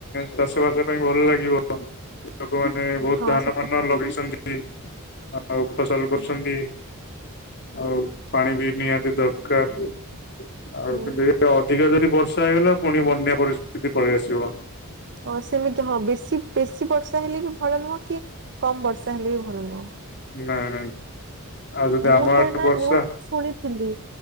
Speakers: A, on the left; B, on the right.
A: ଚାଷବାସ ପାଇଁ ଭଲ ଲାଗିବ। ଲୋକମାନେ ବହୁତ
B: ହଁ
A: ଧାନ
B: ସେଟା
A: ଫାନ
B: ହୁଁ
A: ଲଗେଇଚନ୍ତି ଆଉ ଫସଲ କରୁଚନ୍ତି ଆଉ ପାଣି ବି ନିହାତି ଦରକାର। ଆଉକିନ୍ତୁ
B: ହୁଁ
A: ଏଇଆ ଅଧିକା ଯଦି ବର୍ଷା ହେଇଗଲା ପୁଣି ବନ୍ୟା ପରିସ୍ଥିତି ପଳେଇ ଆସିବ।
B: ହଁ ସେମିତି ହଁ ବେଶୀ ବେଶୀ ବର୍ଷା ହେଲେ ବି ଭଲ ନୁହଁ କି କମ ବର୍ଷା ହେଲେ ବି ଭଲ ନୁହଁ।
A: ନାଇଁ ନାଇଁ ଆଉ ଯଦି ଆମେ
B: ମୁଁ ତ ନା
A: ବର୍ଷା
B: ନ୍ୟୁଜ ଶୁଣିଥିଲି